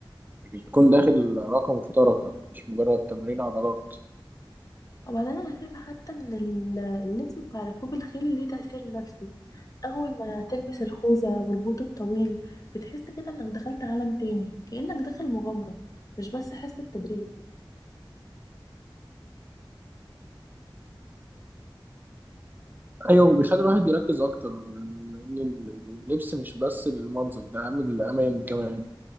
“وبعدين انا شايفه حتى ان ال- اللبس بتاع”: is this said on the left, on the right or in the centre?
Left